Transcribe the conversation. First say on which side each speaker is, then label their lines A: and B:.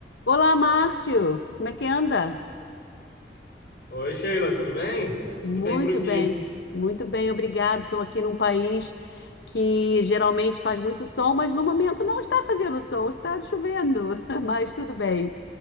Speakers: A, on the left (about 80°); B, on the left (about 60°).
A: Olá, Márcio. Como é que anda?
B: Oi, Sheila, tudo bem? Tá tudo
A: Muito
B: bem por aqui.
A: bem, muito bem, obrigado. Estou aqui num país que geralmente faz muito sol, mas no momento não está fazendo sol, está chovendo, <laughs> mas tudo bem.